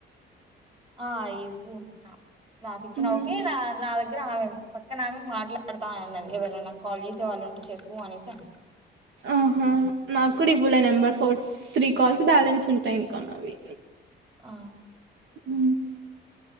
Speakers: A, on the right; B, on the right.
A: ఆ ఇవ్వుంటవు నాకు ఇచ్చిన
B: ఉమ్,
A: ఓకే నా నా దగ్గ దగ్గర ఆమె పక్కన ఆమె మాట్లాడతా అన్నది ఎవరైనా కాల్ చేసే వాళ్ళు ఉంటే చెప్పు అనేసి అని
B: ఆహా నాకుడి ఇవ్వు నెంబర్ త్రీ కాల్స్ బ్యాలెన్స్ ఉంటాయి ఇంకాన్న అవి
A: ఆ
B: ఉ